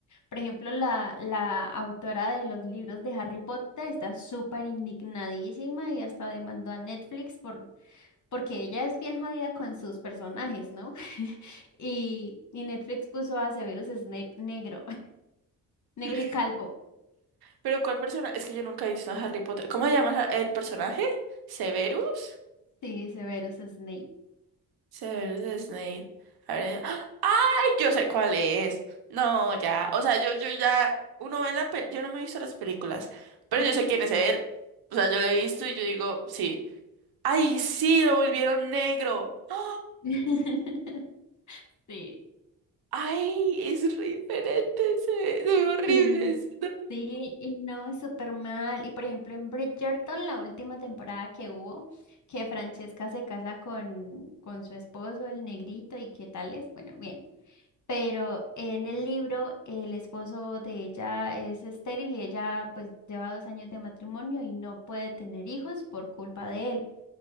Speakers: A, on the left (about 40°); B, on the right (about 55°).
A: Por ejemplo, la, la autora de los libros de Harry Potter está súper indignadísima y hasta demandó a Netflix por, porque ella es bien jodida con sus personajes, ¿no? <laughs> Y, y Netflix puso a Severus Snape negro, <laughs> negro
B: <laughs>
A: y calvo.
B: Pero ¿cuál persona? Es que yo nunca he visto a Harry Potter. ¿Cómo se llama ja- el personaje? ¿Severus?
A: Sí, Severus Snape.
B: Severus Snape. A ver, ¡ah! ¡Ay! Yo sé cuál es. No, ya. O sea, yo, yo ya. Uno ve la pel... Yo no me he visto las películas. Pero
A: Ujú.
B: yo sé quién es él. O sea, yo lo he visto y yo digo, sí. ¡Ay, sí! Lo volvieron negro. ¡Ah!
A: <laughs> Sí.
B: ¡Ay! Es re diferente. Se ve, se ve horrible.
A: Y
B: es-
A: sí, y no, súper mal. Y por ejemplo, en Bridgerton, la última temporada que hubo, que Francesca se casa con, con su esposo, el negrito, y qué tal es, bueno, bien. Pero en el libro, el esposo de ella es estéril y ella pues lleva dos años de matrimonio y no puede tener hijos por culpa de él.